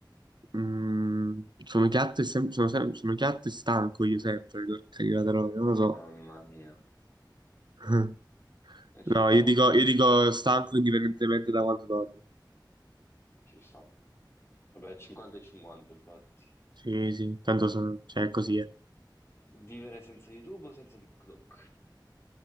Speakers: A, on the right; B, on the left.
A: Mm, sono piatto e sem- sono, sem- sono piatto e stanco io sempre, porca di la troia, non lo so.
B: Mamma mia.
A: <laughs>
B: Eh sì,
A: No,
B: però
A: io dico, io dico stanco indipendentemente da quanto dormi.
B: ci sta. Vabbè, 50 e 50, infatti.
A: Sì, sì, tanto sono, cioè così è.
B: Vivere senza YouTube o senza TikTok?